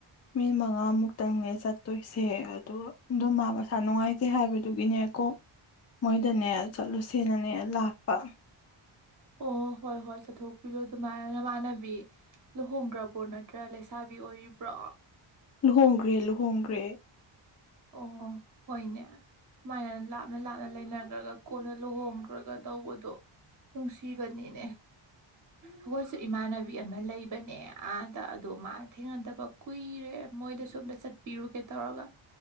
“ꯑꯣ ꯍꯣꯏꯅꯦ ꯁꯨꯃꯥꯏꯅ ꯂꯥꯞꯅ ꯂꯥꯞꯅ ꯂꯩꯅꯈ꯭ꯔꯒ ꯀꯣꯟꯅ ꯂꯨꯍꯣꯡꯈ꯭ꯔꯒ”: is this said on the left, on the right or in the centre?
Right